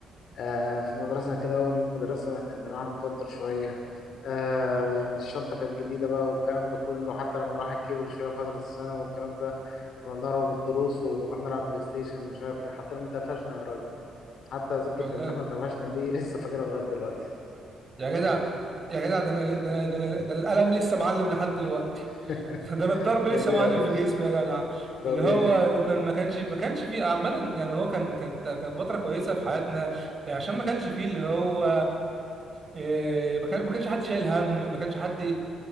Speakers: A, on the left; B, on the right.
A: آه، في مدرسة كده أول يوم مدرسة كان الواحد متوتر شوية آه، يعني الشنطة كانت جديدة بقى والكلام ده كله حتى لما الواحد كبر شوية فترة السنة والكلام ده كنا بنهرب من الدروس ونروح نلعب بلاي ستيشن ومش عارف ايه حتى لما اتقفشنا يا راجل حتى ذكرى
B: والله
A: إن احنا اتقفشنا دي <laughs> لسه فاكرها لغاية دلوقتي
B: يا جدع يا جدع ده انا ده انا ده انا ده انا القلم لسه معلم لحد دلوقتي
A: <laughs>
B: <laughs> ده انا الضرب لسه
A: طبيعي
B: معلم
A: يا باشا
B: في جسمي يا جدع
A: طبيعي
B: اللي هو كان ما كانش ما كانش فيه عامة يعني هو كان كان كان فترة كويسة في حياتنا يعني عشان ما كانش فيه اللي هو إيه، ما كان- ما كانش حد شايل هم ما كانش حد